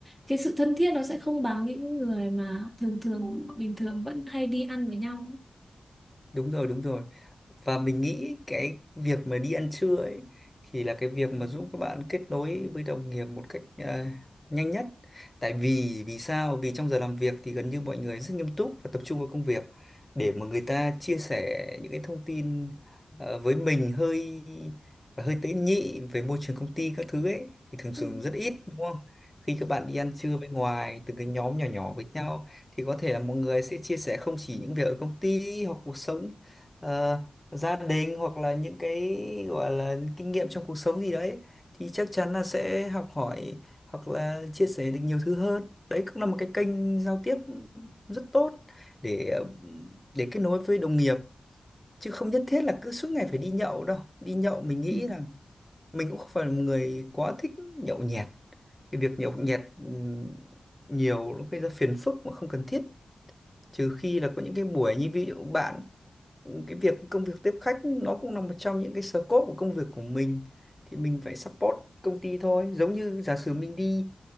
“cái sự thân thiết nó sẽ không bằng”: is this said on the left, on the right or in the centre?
Right